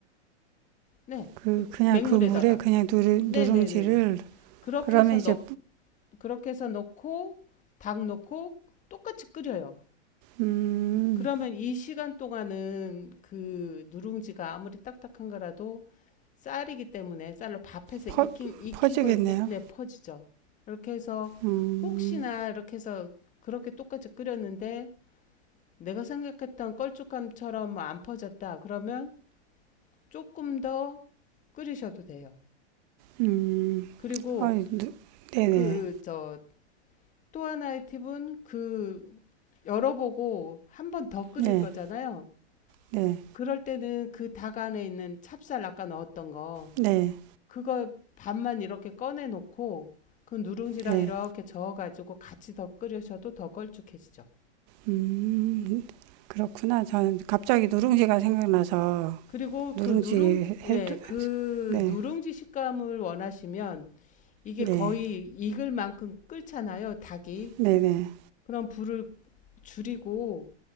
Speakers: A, on the left (about 20°); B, on the right (about 35°).
A: 네,
B: 그
A: 그
B: 그냥
A: 맹물에다가.
B: 그 물에 그냥 누룽
A: 네네네네.
B: 누룽지를
A: 그렇게
B: 그러면
A: 해서
B: 이제
A: 넣, 그렇게 해서 넣고, 닭 넣고, 똑같이 끓여요.
B: 음
A: 그러면 이 시간 동안은 그 누룽지가 아무리 딱딱한 거라도 쌀이기 때문에 쌀로 밥해서
B: 퍼,
A: 익힌, 익힌
B: 퍼지겠네요
A: 것 때문에 퍼지죠. 이렇게 해서
B: 음
A: 혹시나 이렇게 해서 그렇게 똑같이 끓였는데 내가 생각했던 걸쭉함처럼 뭐안 퍼졌다. 그러면 조금 더 끓이셔도 돼요.
B: 음.
A: 그리고
B: 아이, 네네.
A: 그, 저, 또 하나의 팁은 그 열어보고 한번 더 끓일
B: 네,
A: 거잖아요.
B: 네,
A: 그럴 때는 그 닭 안에 있는 찹쌀 아까 넣었던 거
B: 네,
A: 그거 반만 이렇게 꺼내 놓고 그 누룽지랑
B: 네.
A: 이렇게 저어 가지고 같이 더 끓여셔도 더 걸쭉해지죠.
B: 음, 그렇구나. 저는 갑자기 누룽지가 생각나서
A: 그리고
B: 누룽지
A: 그 누룽 예,
B: 해도,
A: 그
B: 네,
A: 누룽지 식감을 원하시면 이게
B: 네,
A: 거의 익을 만큼 끓잖아요, 닭이.
B: 네 네, 네.
A: 그럼 불을 줄이고